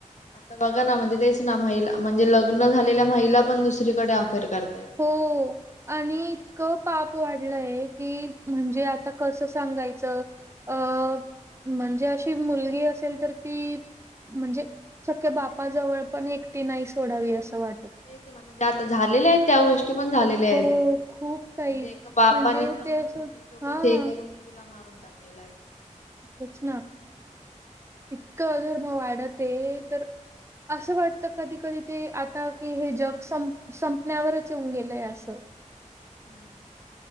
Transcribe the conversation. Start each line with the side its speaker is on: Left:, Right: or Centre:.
Left: आता बघा ना म्हणजे तेच ना महिला म्हणजे लग्न झालेल्या महिला पण दुसरीकडे अफेअर करतायत
Right: हो आणि इतकं पाप वाढलंय कि म्हणजे आता कसं सांगायचं अ म्हणजे अशी मुलगी असेल तर ती म्हणजे सख्या बापाजवळ पण एकटी नाही सोडावी
Left: हो हो
Right: असं वाटत
Left: तेच ना म्हणजे आता झालेल्या आहेत त्या गो ष्टी पण झालेल्या आहेत
Right: हो,
Left: म्हणजे
Right: खूप काही
Left: एका बापानी
Right: म्हणजे
Left: पण
Right: ते असं
Left: सोबत
Right: हां,
Left: हे करून तिला मारून टाकलेल आहे.
Right: तेच ना इतकं अधर्म वाढत आहे तर असं वाटतं कधी कधी ते आता की हे जग सं संपण्यावरच येऊन गेलंय असं
Left: हा.